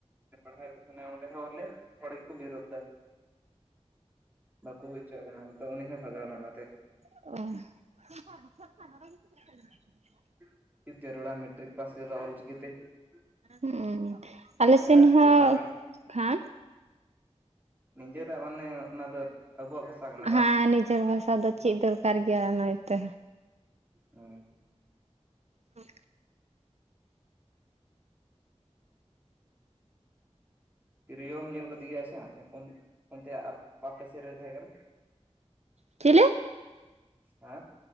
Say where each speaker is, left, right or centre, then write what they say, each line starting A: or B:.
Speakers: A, on the right; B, on the right.
A: ᱯᱟᱲᱦᱟᱣ ᱮᱫ ᱠᱚ ᱛᱟᱦᱮᱱᱟ ᱚᱸᱰᱮ ᱦᱚᱸᱞᱮ ᱦᱚᱲ ᱜᱮᱠᱚ ᱵᱤᱨᱳᱫᱫᱟ ᱵᱟᱠᱚ ᱦᱩᱭ ᱦᱚᱪᱚᱣᱟᱜ ᱠᱟᱱᱟ ᱛᱚ ᱩᱱᱤ ᱦᱚᱸ ᱵᱷᱟᱜᱟᱣᱱᱟ ᱚᱱᱟᱛᱮ
B: ᱚ
A: <unintelligible>
B: ᱦᱩᱸ ᱟᱞᱮ ᱥᱮᱱ
A: ᱨᱟᱜ
B: ᱦᱚᱸ
A: ᱤᱭᱟᱹ ᱠᱟᱱᱟ ᱵᱟᱝ
B: ᱦᱟ
A: ᱱᱤᱡᱮᱨᱟᱜ ᱢᱟᱱᱮ ᱚᱱᱟ ᱫᱚ ᱟᱵᱚᱣᱟᱜ ᱵᱷᱟᱥᱟ ᱠᱟᱱᱟ
B: ᱦᱮᱸ
A: ᱵᱟᱝ
B: ᱱᱤᱡᱮᱨ ᱵᱷᱟᱥᱟ ᱫᱚ ᱪᱮᱫ ᱫᱚᱨᱠᱟᱨ ᱜᱮᱭᱟ ᱚᱱᱟᱛᱮ
A: ᱚ
B: ᱦᱩᱸ
A: ᱛᱨᱤᱭᱳᱚᱢ ᱧᱮᱞ ᱠᱟᱫᱮ ᱜᱮᱭᱟ ᱟᱪᱪᱷᱟ ᱚᱱᱛᱮ ᱟᱯᱮ ᱥᱮᱫ ᱨᱮ ᱛᱟᱦᱮᱸ ᱠᱟᱱᱟ
B: ᱪᱮᱞᱮ
A: ᱦᱮᱸ